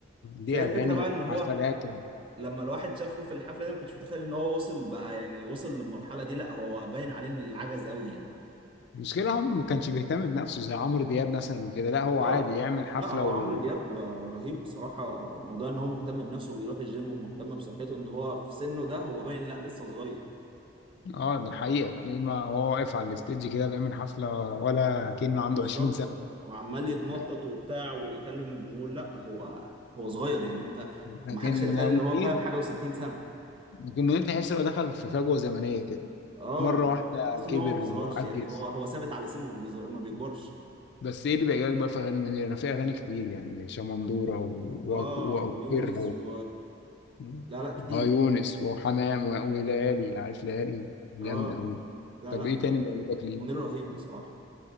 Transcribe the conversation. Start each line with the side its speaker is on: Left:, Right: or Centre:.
Left: ليه
Right: بس هي الفكره
Left: اغاني
Right: بقى ان هو
Left: وحفلات
Right: لما الواحد شافه في الحفله دي ما كنتش متخيل ان هو وصل بقى يعني وصل للمرحله دي لا هو باين عليه ان العجز قوي يعني
Left: المشكلة هم ما كانش بيهتم بنفسه زي عمرو دياب مثلا وكده لا هو
Right: اه
Left: عادي يعمل حفلة
Right: لا هو
Left: و...
Right: عمرو دياب آه، رهيب بصراحة موضوع ان هو مهتم بنفسه بيروح الجيم ومهتم بصحته ان هو في سنه ده هو باين لا لسه صغير
Left: اه ده حقيقة ليه ما هو واقف على الستيج كده بيعمل حفلة ولا كأنه عنده
Right: بالظبط
Left: 20 سنة
Right: وعمال يتنطط
Left: ب-
Right: وبتاع ويكلم الجمهور لا هو هو صغير يعني انت
Left: لكن
Right: ما حدش يتخيل
Left: منير
Right: ان هو فاهم حاجة و60 سنة
Left: لكن منير تحس انه دخل في فجوة زمنية كده
Right: اه
Left: مرة واحدة
Right: تحس ان
Left: كبر
Right: هو ما بيصغرش
Left: وعجز
Right: يعني هو هو ثابت على سنه ما بيصغ... ما بيكبرش
Left: بس ايه اللي بيعجبك بقى في اغاني منير؟ انا في اغاني كتير يعني شمندورة و- و-
Right: اه
Left: واقر
Right: ويونس و
Left: مم.
Right: لا لا كتير
Left: اه يونس وحمام و- وليالي عارف ليالي جامدة
Right: اه
Left: أوي
Right: لا
Left: طب
Right: لا
Left: إيه
Right: منير
Left: تاني بيعجبك لك ليه؟
Right: منير رهيب بصراحة